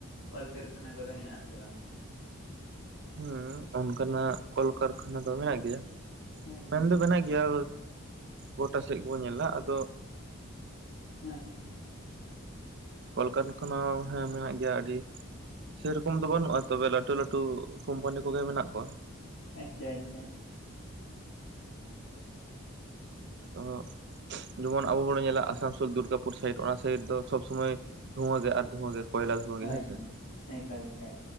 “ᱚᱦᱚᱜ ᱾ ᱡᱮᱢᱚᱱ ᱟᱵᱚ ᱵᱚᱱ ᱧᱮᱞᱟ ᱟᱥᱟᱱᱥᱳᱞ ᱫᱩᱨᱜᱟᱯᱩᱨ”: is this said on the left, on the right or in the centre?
Right